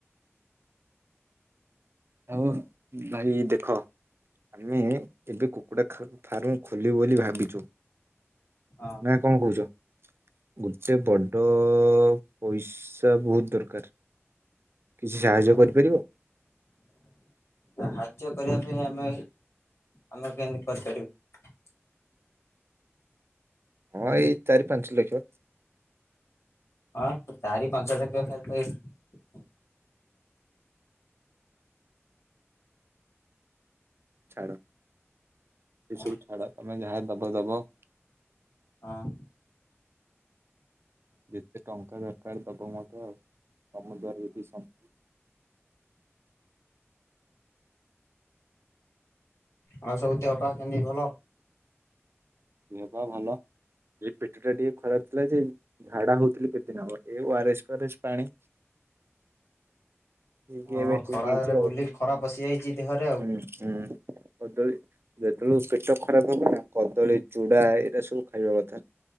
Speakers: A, on the right; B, on the left.
A: ଆଉ ଭାଇ ଦେଖ ଆମେ ଏବେ କୁକୁଡ଼ା ଫାର୍ମ ଖୋଲିବୁ ବୋଲି ଭାବିଛୁ।
B: ହଁ
A: ନାଁ କଣ କହୁଛ। ଗୋଟେ ବଡ଼ ପଇସା ବହୁତ୍ ଦରକାର କିଛି ସାହାଯ୍ୟ
B: ହଁ
A: କରିପାରିବ?
B: କାର୍ଯ୍ୟ କରିବା ପାଇଁ ଆମେ ଆମେ କେମିତି କରିପାରିବୁ।
A: ହଁ ଏଇ ଚାରି ପାଞ୍ଚ ଲକ୍ଷ।
B: ହଁ ଚାରି ପାଞ୍ଚ ଲକ୍ଷ <unintelligible>
A: ଛାଡ଼।
B: ହଁ
A: ସେ ଛାଡ଼ ତମେ ଯାହା ଦବ ଦବ।
B: ହଁ।
A: ଯେତେ ଟଙ୍କା ଦରକାର ଦବ ମତେ ତମ ଦ୍ୱାରା ଯେତିକି ସମ୍ଭବ।
B: ଆଉ ସବୁ ତିକ କପା କେନ୍ଦି ଭଲ।
A: ଦେହ ପା ଭଲ ଏ ପେଟ ଟା ଟିକେ ଖରାପ ଥିଲା ଯେ ଝାଡ଼ା ହଉଥିଲି କେତେଦିନ ହେବ ଏ ୱରେସ୍ ଫାରେସ୍ ପାଣି ଠିକ୍
B: ହଁ
A: ଏବେ
B: ଖରାରେ
A: ଠିକ୍ ହେଇଛି ଆଉ
B: ବୁଲି ଖରା ପଶି ଯାଇଛି ଦେହରେ ଆଉ
A: ହଁ ହୁଁ। <unintelligible> ପେଟ ଖରାପ ହବ ନା କଦଳୀ ଚୁଡ଼ା ଏଇଟା ସବୁ ଖାଇବା କଥା।